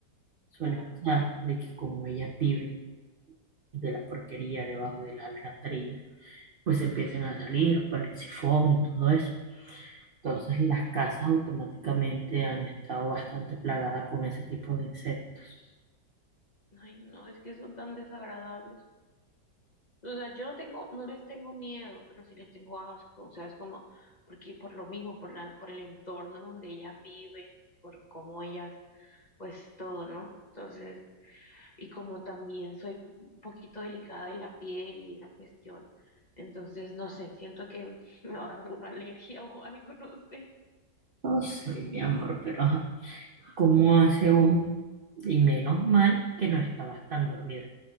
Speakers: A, on the right (about 55°); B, on the left (about 25°).
A: suele
B: claro.
A: pasar de que como ella vive de la porquería debajo de las alcantarillas, pues empiecen a salir por el sifón y todo eso. Entonces las casas automáticamente han estado bastante plagadas con ese tipo de insectos.
B: Ay, no, es que son tan desagradables. O sea, yo no tengo, no les tengo miedo, pero sí les tengo asco. O sea, es como, porque por lo mismo, por la, por el entorno donde ellas viven, por cómo ellas, pues todo, ¿no? Entonces. y como también soy un poquito delicada de la piel y esa cuestión, entonces no sé, siento que <laughs> me va a dar alguna alergia o algo, <laughs> no sé.
A: No sé, mi amor, pero ajá, ¿cómo hace un? Y menos mal que no estabas tan dormida.